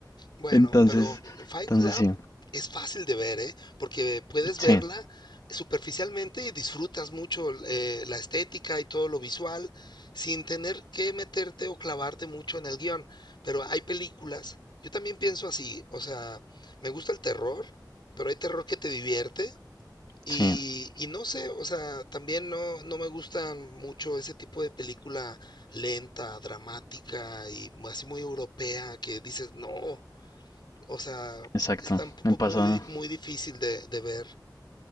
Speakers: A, on the left; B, on the left.
A: Bueno,
B: Entonces,
A: pero Fight
B: entonces
A: Club
B: sí,
A: es fácil de ver, ¿eh? Porque puedes verla
B: sí,
A: superficialmente y disfrutas mucho eh, la estética y todo lo visual sin tener que meterte o clavarte mucho en el guión. Pero hay películas, yo también pienso así, o sea, me gusta el terror, pero hay terror que te divierte Y,
B: sí,
A: y no sé, o sea, también no, no me gustan mucho ese tipo de película lenta, dramática y mu- así muy europea que dices, no, o sea,
B: exacto.
A: está un poco
B: Me pasa,
A: muy, di- muy difícil de, de ver,